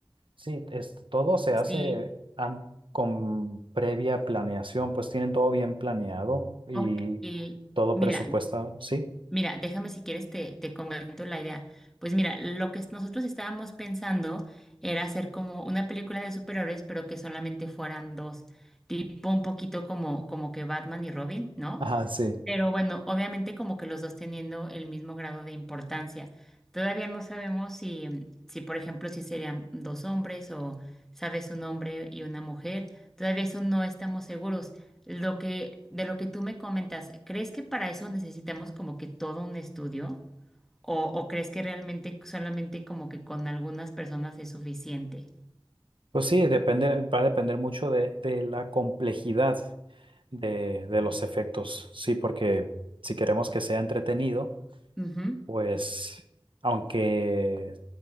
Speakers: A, on the right; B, in the centre.
A: Sí, esto, todo se
B: Sí.
A: hace an- con previa planeación, pues tienen todo bien planeado y
B: Ok.
A: todo
B: Mira,
A: presupuestado, ¿sí?
B: Mira, déjame si quieres te, te comento la idea. Pues mira, lo que nosotros estábamos pensando era hacer como una película de superhéroes, pero que solamente fueran dos, tipo un poquito como, como que Batman y Robin, ¿no?
A: Ajá, sí.
B: Pero bueno, obviamente como que los dos teniendo el mismo grado de importancia. Todavía no sabemos si, mm, si por ejemplo, si serían dos hombres o, sabes, un hombre y una mujer. Todavía eso no estamos seguros. Lo que, de lo que tú me comentas, ¿crees que para eso necesitamos como que todo un estudio? ¿O, o crees que realmente solamente como que con algunas personas es suficiente?
A: Pues sí, depende, va a depender mucho de, de la complejidad de, de los efectos. Sí, porque si queremos que sea entretenido,
B: Ujú, ujú,
A: pues aunque